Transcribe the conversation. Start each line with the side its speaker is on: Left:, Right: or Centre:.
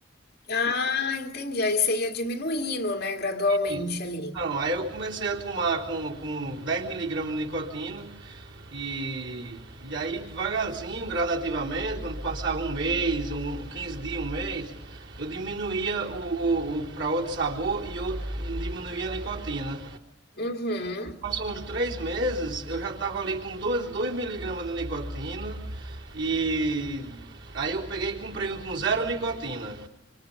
Left: Ah, entendi. Aí você ia diminuindo, né, gradualmente
Right: Isso.
Left: ali.
Right: Então, aí eu comecei a tomar com, com 10 miligramas de nicotina, E, e aí devagarzinho, gradativamente, quando passava um mês, um, 15 dias, um mês, eu diminuía o, o, o para outro sabor e eu diminuía a nicotina.
Left: Uhum.
Right: Passou uns três meses, eu já estava ali com 2 miligramas de nicotina e aí eu peguei e comprei um com zero nicotina.